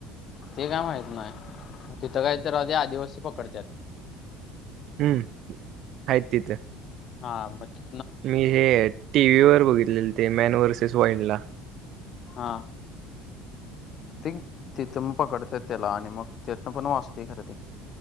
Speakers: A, on the left (about 45°); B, on the right (about 50°).
A: ते काय माहित नाही, तिथं काही तर आधी आदिवासी पकडत्यात.
B: हम्म हायत तिथं.
A: हा म ती
B: मी हे टीव्ही वर बघितलेले ते मॅन व्हर्सेस वाइल्डला.
A: हा. तेंग-तिथं मग पकडत्याय त्याला आणि मग त्यातनं पण वाचतय खर ते.